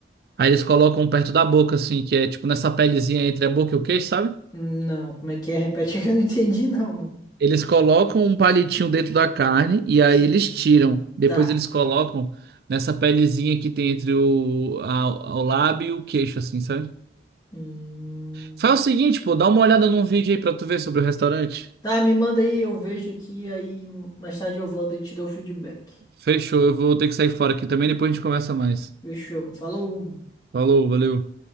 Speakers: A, on the right; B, on the left.
A: aí eles colocam perto da boca, assim, que é tipo nessa pelezinha entre a boca e o queixo, sabe?
B: não, como é que é? Repete <laughs> que eu não entendi, não, mano.
A: Eles colocam um palitinho dentro da carne e aí
B: Sim,
A: eles tiram. Depois
B: tá.
A: eles colocam nessa pelezinha que tem entre o, a- o lábio e o queixo, assim, sabe?
B: Hum,
A: Faz o seguinte, pô, dá uma olhada num vídeo aí pra tu ver sobre o restaurante.
B: Tá, me manda aí, eu vejo aqui, aí mais tarde eu volto e te dou o feedback.
A: Fechou, eu vou ter que sair fora aqui também, depois a gente conversa mais.
B: Fechou, mano. Falou!
A: Falou, valeu.